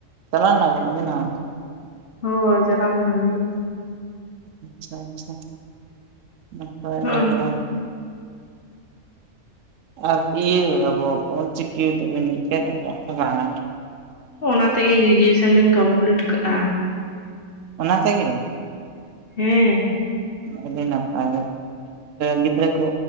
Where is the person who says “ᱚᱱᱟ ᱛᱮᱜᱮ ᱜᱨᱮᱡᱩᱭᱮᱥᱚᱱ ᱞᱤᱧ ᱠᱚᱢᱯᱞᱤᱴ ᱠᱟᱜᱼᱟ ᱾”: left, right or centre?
Left